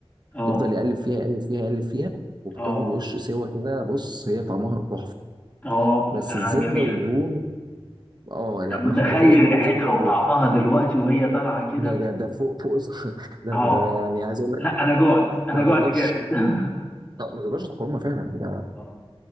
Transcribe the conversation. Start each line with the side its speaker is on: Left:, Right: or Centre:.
Left: اه
Right: يفضل يقلب فيها يقلب فيها يقلب فيها وبتاخد
Left: اه
Right: وش سوا كده بص هي طعمها تحفه
Left: اه بتبقى
Right: بس الزبده
Left: جميله
Right: ودهون اه لا
Left: أنا
Right: ما
Left: متخيل
Right: حبيتهاش برضو
Left: ريحتها
Right: زبده ودهون
Left: وطعمها دلوقتي وهي طالعه كده
Right: ده ده ده فوق فوق <laughs> ده
Left: اه
Right: ده يعني عايز اقول لك
Left: لا انا جوعت انا
Right: ما
Left: جوعت
Right: تقدرش
Left: جامد <laughs>
Right: ما تقدرش تقاومها فعلا ده
Left: اه